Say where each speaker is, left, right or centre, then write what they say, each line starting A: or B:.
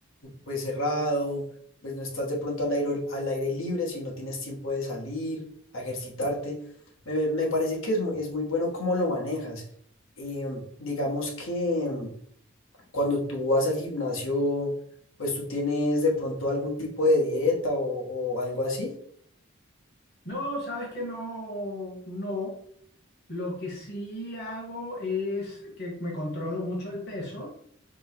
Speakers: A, on the left (about 80°); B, on the left (about 50°).
A: pues cerrado, pues no estás de pronto al aire, al aire libre, si no tienes tiempo de salir, a ejercitarte. Me, me parece que es muy, es muy bueno cómo lo manejas. Em, digamos que em, cuando tú vas al gimnasio, pues tú tienes de pronto algún tipo de dieta o, o algo así.
B: No, sabes que no, no. Lo que sí hago es que me controlo mucho el peso,